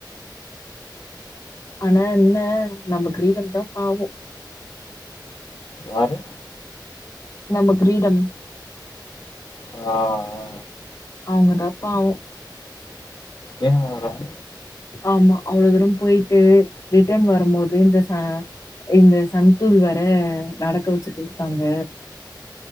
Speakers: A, on the left (about 40°); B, on the left (about 80°).
A: ஆனா என்ன நம்ம கிரீடம் தா பாவொ
B: யாரு
A: நம்ம கிரீடம்
B: ஆ
A: அவுங்கதா பாவொ
B: ஏ மேடம்
A: ஆமா அவ்ளோ தூரம் போய்ட்டு ரிட்டன் வரும்போது இந்த ச இந்த சந்தூள் வேர நடக்க வச்சுட்டு காங்க